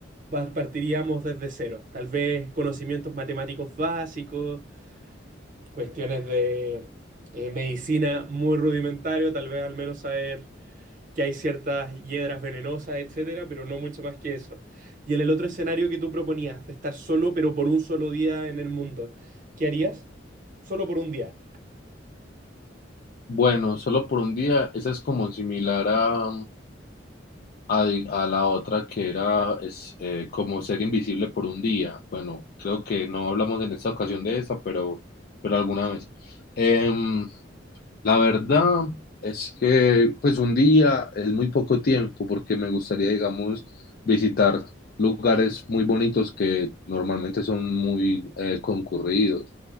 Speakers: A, on the right; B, on the left.
A: va- Partiríamos desde cero, tal vez conocimientos matemáticos básicos, cuestiones de eh, medicina muy rudimentario, tal vez al menos saber que hay ciertas hiedras venenosas, etcétera, pero no mucho más que eso. Y en el otro escenario que tú proponías, de estar solo, pero por un solo día en el mundo, ¿qué harías? Solo por un día.
B: Bueno, solo por un día, esa es como similar a, a, a la otra que era es, eh, como ser invisible por un día. Bueno, creo que no hablamos en esta ocasión de esa, pero, pero alguna vez. Em, La verdad es que pues un día es muy poco tiempo porque me gustaría, digamos, visitar lugares muy bonitos que normalmente son muy eh, concurridos,